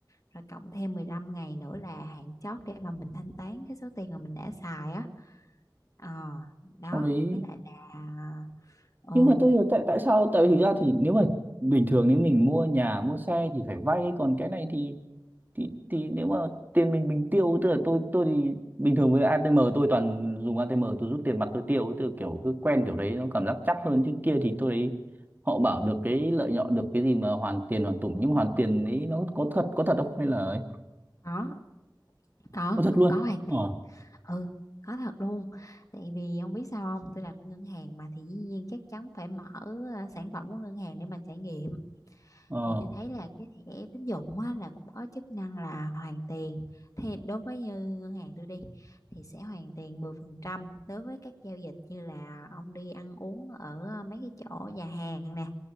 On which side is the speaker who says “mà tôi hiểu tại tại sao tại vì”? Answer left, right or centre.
Right